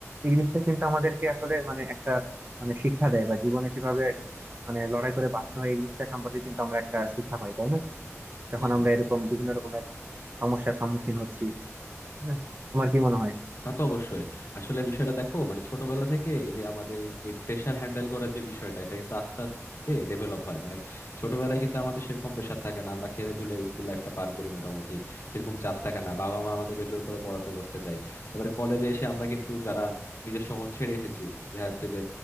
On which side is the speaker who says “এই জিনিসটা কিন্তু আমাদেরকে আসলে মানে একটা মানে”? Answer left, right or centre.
Right